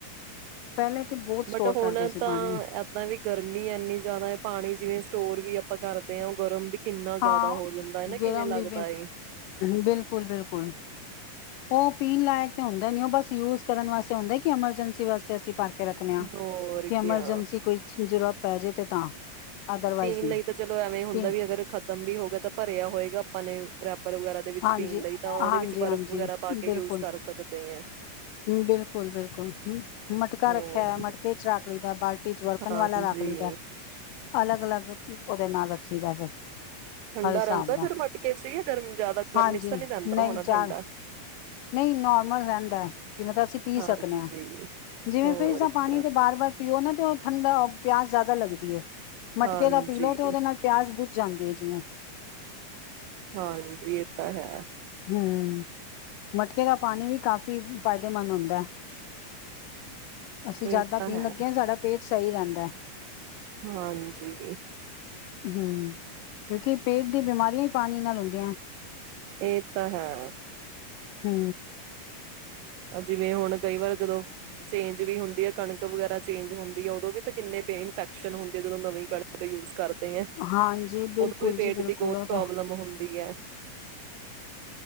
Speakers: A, on the left; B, on the right.
A: ਪਹਿਲੇ ਤੇ ਬਹੁਤ ਸਟੋਰ
B: ਬਟ
A: ਕਰਦੇ
B: ਹੁਣ
A: ਸੀ
B: ਤਾਂ
A: ਪਾਣੀ
B: ਏਦਾਂ ਵੀ ਗਰਮੀ ਐਨੀ ਜ਼ਿਆਦਾ ਪਾਣੀ ਜਿਵੇਂ ਸਟੋਰ ਵੀ ਆ। ਆਪਾਂ ਕਰਦੇ ਹਾਂ ਗਰਮ ਵੀ, ਕਿੰਨਾ ਜ਼ਿਆਦਾ
A: ਹਾਂ
B: ਹੋ ਜਾਂਦਾ ਹੈ ਨਾ
A: ਗਰਮ
B: ਕਿਵੇਂ ਲੱਗਦਾ
A: ਵੀ
B: ਏ
A: ਬਿਲਕੁਲ ਬਿਲਕੁਲ, ਉਹ ਪੀਣ ਲਾਇਕ ਤੇ ਹੁੰਦਾ ਨੀ ਉਹ ਬਸ ਯੂਜ ਕਰਨ ਵਾਸਤੇ ਹੁੰਦਾ ਕਿ ਐਮਰਜੈਂਸੀ ਵਾਸਤੇ ਅਸੀਂ ਪਾਣੀ ਭਰ ਕੇ ਰੱਖਨੇ ਆ
B: ਹੋਰ
A: ਕਿ ਐਮਰਜੈਂਸੀ
B: ਕਿਆ
A: ਕੋਈ ਜ਼ਰੂਰਤ ਪੈਜੇ ਤੇ ਤਾਂ, ਅਦਰਵਾਈਜ਼
B: ਪੀਣ
A: ਨਹੀਂ
B: ਲਈ ਤਾਂ ਚਲੋ ਐਵੇਂ ਹੁੰਦਾ
A: ਤੇ
B: ਵੀ ਅਗਰ ਖ ਤਮ ਵੀ ਹੋ ਗਿਆ ਤਾਂ ਭਰਿਆ ਹੋਏਗਾ ਆਪਾਂ ਨੇ ਰਾਤੀ ਰ ਵਗੈਰਾ ਦੇ ਵਿੱਚ
A: ਹਾਂਜੀ।
B: ਪੀਣ ਲਈ ਤਾਂ ਉਹਦੇ
A: ਹਾਂਜੀ
B: ਵਿੱਚ ਬਰਫ਼
A: ਹਾਂਜੀ
B: ਵਗੈਰਾ ਪਾ ਕੇ
A: ਬਿਲਕੁਲ
B: ਯੂਜ ਕਰ ਸਕਦੇ ਆ।
A: ਬਿਲਕੁਲ ਬਿਲਕੁਲ, ਹਮ, ਮਟਕਾ
B: ਹੋਰ
A: ਰੱਖਿਆ ਹੈ, ਮਟਕੇ ਚ ਰੱਖ ਲਈਦਾ ਬਾਲਟੀ ਚ ਵਰਤਣ
B: ਹਾਂਜੀ
A: ਵਾਲਾ ਰੱਖ ਲਈ ਦਾ ਅਲੱਗ ਅਲੱਗ ਉਹਦੇ ਨਾਲ ਰੱਖੀ ਦਾ ਫਿਰ
B: ਠੰਡਾ
A: ਹਰ ਹਿਸਾਬ
B: ਰਹਿੰਦਾ
A: ਨਾਲ
B: ਫਿਰ ਮਟਕੇ ਚ ਹੀ ਗਰਮੀ ਜ਼ਿਆਦਾ ਗਰਮੀ
A: ਹਾਂਜੀ
B: ਚ ਤਾਂ ਨਹੀਂ ਰਹਿੰਦਾ ਹੋਣਾ ਠੰਡਾ
A: ਜਾ ਨਹੀਂ ਨੋਰਮਲ ਰਹਿੰਦਾ ਐ ਕਿ ਮਤਲਬ ਅਸੀਂ ਪੀ
B: ਹਾਂਜੀ
A: ਸਕਨੇ ਹਾਂ, ਜਿਵੇਂ
B: ਹੋਰ
A: ਫਰਿਜ ਦਾ
B: ਕਿਆ
A: ਪਾਣੀ ਤੇ ਬਾਰ ਬਾਰ ਪੀਓ ਨਾ ਤੇ ਉਹ ਠੰਡਾ ਪਿਆਸ ਜ਼ਿਆਦਾ ਲੱਗਦੀ ਏ, ਮਟਕੇ
B: ਹਾਂਜੀ
A: ਦਾ ਪੀ ਲਓ ਤੇ ਉਹਦੇ ਨਾਲ ਪਿਆਸ ਬੁਜ ਜਾਂਦੇ ਆ ਜਿਵੇਂ
B: ਹਾਂਜੀ ਇਹ ਤਾਂ ਹੈ।
A: ਹਮ ਮਟਕੇ ਦਾ ਪਾਣੀ ਵੀ ਕਾਫ਼ੀ ਫਾਇਦੇਮੰਦ ਹੁੰਦਾ ਹੈ। ਅਸੀਂ
B: ਇਹ
A: ਜ਼ਿਆਦਾ
B: ਤਾਂ
A: ਪੀਣ
B: ਹੈ
A: ਲੱਗੇ ਹਾਂ ਸਾਡਾ ਪੇਟ ਸਹੀ ਰਹਿੰਦਾ ਐ
B: ਹਾਂਜੀ,
A: ਹੂ ਕਿਉਂਕਿ ਪੇਟ ਦੀ ਬਿਮਾਰੀਆਂ ਹੀ ਪਾਣੀ ਨਾਲੋਂ ਹੁੰਦੀਆਂ ਦੇ ਆਂ
B: ਇਹ ਤਾਂ ਹੈ
A: ਹੂ
B: ਜਿਵੇਂ ਹੁਣ ਕਈ ਵਾਰ ਜਦੋਂ ਚੇਂਜ ਵੀ ਹੁੰਦੀ ਹੈ ਕਣਕ ਵਗੈਰਾ ਚੇਂਜ ਹੁੰਦੀ ਹੈ ਉਦੋਂ ਵੀ ਤਾਂ ਕਿੰਨੇ ਪੇ ਇਨਫੈਕਸ਼ਨ ਹੁੰਦੀ ਹੈ ਜਦੋਂ ਨਵੀਂ ਕਣਕ ਯੂਜ ਕਰ ਫੇਰ
A: ਹਾਂਜੀ
B: ਉਦੋਂ
A: ਬਿਲਕੁਲ
B: ਵੀ ਪੇਟ
A: ਜੀ ਬਿਲਕੁਲ
B: ਦੀ ਬਹੁਤ
A: ਉਹ
B: ਪ੍ਰੋਬਲਮ
A: ਤਾਂ
B: ਹੁੰਦੀ ਹੈ